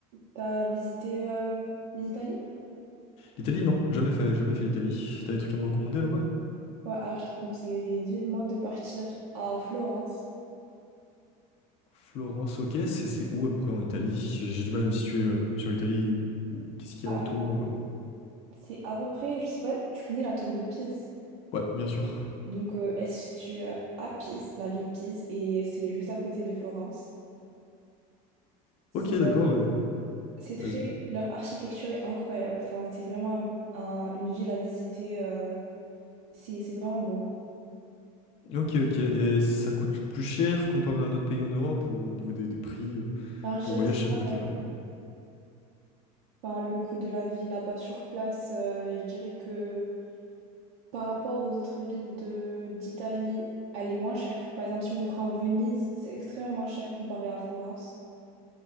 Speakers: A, on the right; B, on the left.
A: T'as visité euh, l'Italie?
B: L'Italie, non, jamais fait, jamais fait l'Italie. T'as des trucs à me recommander là-bas?
A: Ouais, alors je te conseillerais vivement de partir à Florence.
B: Florence, ok, c'est c'est où à peu près en Italie? J'ai j'ai du mal à me situer euh, sur l'Italie. ou- ou Qu'est-ce qu'il
A: Alors,
B: y a autour? euh.
A: c'est à peu près, je sais pas, tu connais la tour de Pise.
B: Ouais, bien sûr.
A: Donc, euh, elle se situe à Pise, la ville Pise, et c'est juste à côté de Florence. C'est
B: Ok, d'accord, euh,
A: c'est très,
B: vas-y.
A: leur architecture est incroyable. Enfin, c'est vraiment un- un- une ville à visiter. euh, c'est c'est vraiment beau.
B: Ok, ok. Et ça coûte plus cher comparé à un autre pays en Europe ou au niveau des, des prix euh,
A: Alors, je
B: pour
A: dirais
B: le voyage,
A: que c'est
B: c'est à
A: pareil.
B: peu près équivalent.
A: Enfin, le coût de la vie là-bas sur place, euh, je dirais que par rapport aux autres villes de d'Italie, elle est moins chère. Par exemple, si on prend Venise, c'est extrêmement cher comparé à Florence